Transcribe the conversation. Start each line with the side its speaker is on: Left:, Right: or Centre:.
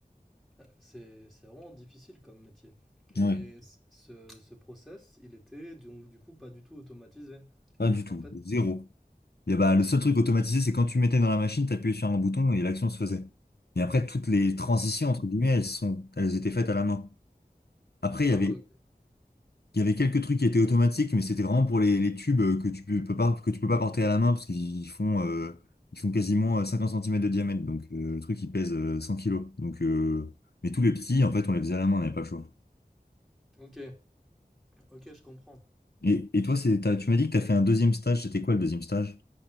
Centre: ah, c'est c'est vraiment difficile comme métier. Et
Left: Ouais.
Centre: ce, ce process, il était donc du coup pas du tout automatisé.
Left: Pas
Centre: Parce
Left: du tout,
Centre: qu'en fait...
Left: zéro. et y bah, le seul truc automatisé, c'est quand tu mettais dans la machine, t'appuyais sur un bouton et l'action se faisait. Et après, toutes les
Centre: Hmm.
Left: transitions entre guillemets, elles sont, elles étaient faites à la main. Après, il
Centre: Ah
Left: y avait
Centre: ouais, ok.
Left: Il y avait quelques trucs qui étaient automatiques, mais c'était vraiment pour les, les tubes euh, que tu peux peux pas, que tu peux pas porter à la main parce qu'ils font, euh, ils font quasiment euh, 50 centimètres de diamètre. Donc euh, le truc, il pèse euh, 100 kilos. Donc, euh, mais tous les petits, en fait, on les faisait à la main, on n'avait pas le choix.
Centre: Ok, ok, je comprends.
Left: Et, et toi, c'est, t'as- tu m'as dit que tu as fait un deuxième stage. C'était quoi le deuxième stage?